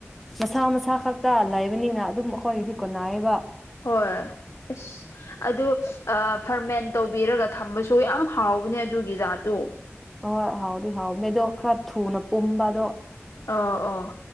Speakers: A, in the centre; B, on the left (about 80°).
A: ꯃꯁꯥ ꯃꯁꯥ ꯈꯛꯇ ꯂꯩꯕꯅꯤꯅ ꯑꯗꯨꯝ ꯑꯩꯈꯣꯏꯒꯤꯗꯤ ꯀꯣꯟꯅꯥꯏꯕ
B: ꯍꯣꯏ ꯏꯁ ꯑꯗꯨ ꯑꯥ ꯐꯔꯃꯦꯟ ꯇꯧꯕꯤꯔꯒ ꯊꯝꯕꯁꯨ ꯌꯥꯝ ꯍꯥꯎꯕꯅꯦ ꯑꯗꯨꯒꯤ ꯖꯥꯠꯇꯨ
A: ꯍꯣꯏ ꯍꯥꯎꯗꯤ ꯍꯥꯎꯕꯅꯦ ꯑꯗꯣ ꯈꯔ ꯊꯨꯅ ꯄꯨꯝꯕ ꯑꯗꯣ
B: ꯑꯣ ꯑꯣ